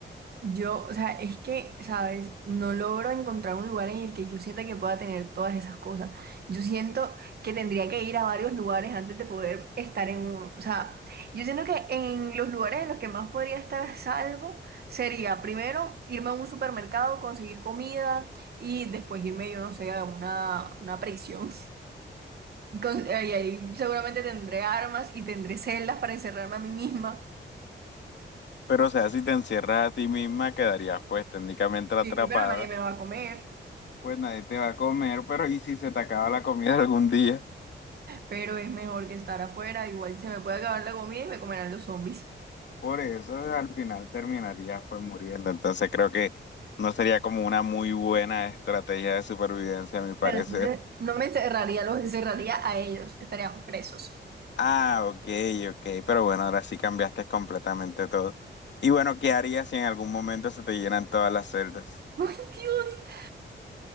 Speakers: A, on the right (about 55°); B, on the left (about 70°).
A: Yo, o sea, es que, ¿sabes? No logro encontrar un lugar en el que yo sienta que pueda tener todas esas cosas. Yo siento que tendría que ir a varios lugares antes de poder estar en uno. O sea, yo siento que en los lugares en los que más podría estar a salvo sería primero irme a un supermercado, conseguir comida y después irme, yo no sé, a una, una prisión. <laughs> Con- ahí, ahí seguramente tendré armas y tendré celdas para encerrarme a mí misma.
B: Pero, o sea, si te encierras a ti misma, quedarías pues técnicamente atrapada,
A: Sí, pero nadie me va a comer.
B: pues nadie te va a comer, pero ¿y si se te acaba la comida <laughs> algún día?
A: pero es mejor que estar afuera. Igual se me puede acabar la comida y me comerán los zombies.
B: Por eso al final terminarías pues muriendo. Entonces creo que no sería como una muy buena estrategia de supervivencia, a mi parecer.
A: Bueno, entonces, No me encerraría, los encerraría a ellos. Estarían presos.
B: Ah, ok, ok, pero bueno, ahora sí cambiaste completamente todo. Y bueno, ¿qué harías si en algún momento se te llenan todas las celdas?
A: <laughs> ¡Ay, Dios!